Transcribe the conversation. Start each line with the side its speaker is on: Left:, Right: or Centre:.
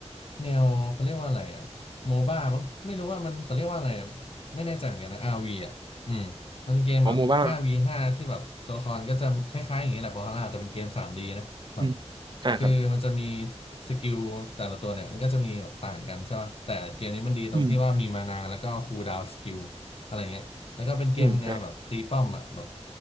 Left: แนวเขาเรียกว่าอะไรอ่ะโมบ้ามั้งไม่รู้ว่ามันเขาเรียกว่าอะไรอะไม่แน่ใจเหมือนกันนะ RV อ่ะอืมมันเป็นเกมแบบ
Right: ขอโมบ้าง
Left: 5v5 ที่แบบตัวละครก็จะคล้ายๆอย่างนี้แหละบอลล่าแต่เป็นเกม 3D นะแบบ
Right: อืมอ่าครับ
Left: คือมันจะมีสกิลแต่ละตัวเนี่ยมันก็จะมีแบบต่างกันใช่ป่ะแต่เกมนี้มันดีตรงที่ว่ามีมานาแล้วก็คูลดาวน์สกิลอะไรเงี้ยแล้วก็เป็นเกมแนวแบบตีป้อมอ่ะแบบ
Right: อืมอืมอ่า